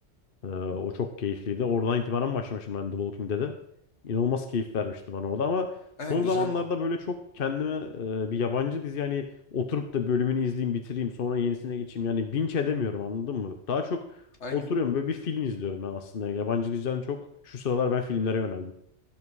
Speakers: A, on the left (about 55°); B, on the left (about 75°).
A: ee, o çok keyifliydi. Oradan itibaren başlamışım ben The Walking Dead'e. İnanılmaz keyif vermişti bana o da ama son
B: Aynen
A: zamanlarda
B: güzeldi.
A: böyle çok kendime e, bir yabancı dizi yani oturup da bölümünü izleyeyim bitireyim sonra yenisine geçeyim yani binge edemiyorum anladın mı? Daha çok
B: Aynen.
A: oturuyorum böyle bir film izliyorum ben aslında. Yani yabancı diziden çok şu sıralar ben filmlere yöneldim.